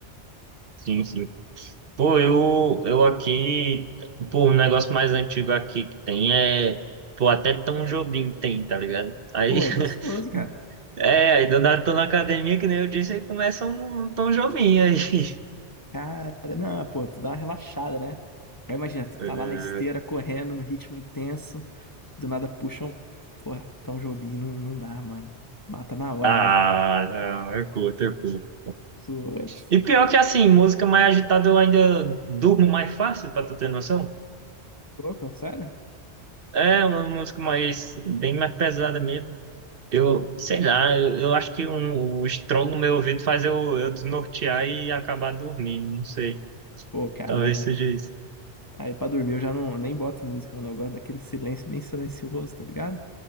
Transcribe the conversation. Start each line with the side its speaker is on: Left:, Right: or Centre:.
Right: sim, sim. Pô, eu, eu aqui, pô, o negócio mais antigo aqui que tem é, pô, até Tom Jobim tem, tá ligado? Aí,
Left: Pô, é gostoso, cara.
Right: <laughs> é, aí do nada tô na academia, que nem eu disse, aí começa um, um Tom Jobim aí. <laughs>
Left: Cara, não, pô, tu dá uma relaxada, né? Aí imagina, tu tá
Right: Eh,
Left: lá na esteira correndo no ritmo intenso. Do nada puxam. pô, tão Jobim não, não dá, mano. Mata na hora,
Right: Ah,
Left: meu Deus.
Right: não, eu curto, eu curto.
Left: Putz.
Right: E pior que assim, música mais agitada eu ainda durmo mais fácil, pra tu ter noção.
Left: Louco, sério?
Right: É uma música mais, bem mais pesada mesmo. Eu, sei lá, eu, eu acho que um, o estrondo no meu ouvido faz eu, eu desnortear e acabar dormindo, não sei.
Left: Pô, cara,
Right: Talvez
Left: eu não.
Right: seja isso.
Left: Aí pra dormir eu já não nem boto música, mano. Eu gosto daquele silêncio bem silencioso, tá ligado?